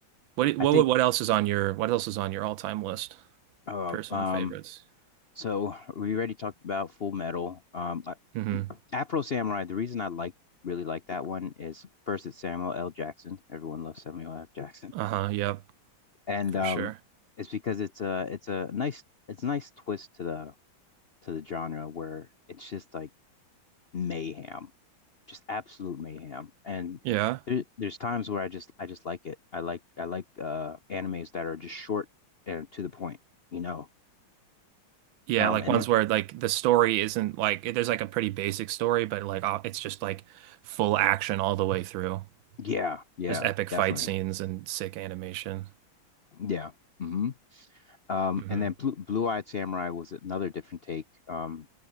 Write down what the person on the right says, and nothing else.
What what
what else is on your what else is on your all-time list?
Personal
favorites.
Mm-hmm.
Uh-huh, yep,
for
sure.
Yeah.
Yeah,
like
ones
where like the story isn't like there's like a pretty basic story, but like uh, it's just like full action all the way through.
Just epic
fight scenes and sick animation.
hmm